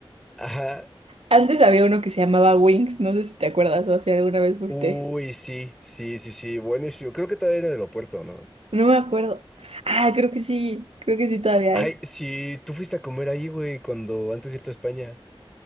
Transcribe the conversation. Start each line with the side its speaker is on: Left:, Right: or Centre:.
Centre: Ajá.
Right: Antes había uno que se llamaba Wings, no sé si te acuerdas o si alguna vez fuiste.
Centre: Uy, sí, sí, sí, sí, buenísimo. Creo que todavía en el aeropuerto, ¿no?
Right: No me acuerdo. Ah, creo que sí, creo que sí todavía
Centre: Ay,
Right: hay.
Centre: sí, tú fuiste a comer ahí, güey, cuando antes de irte a España.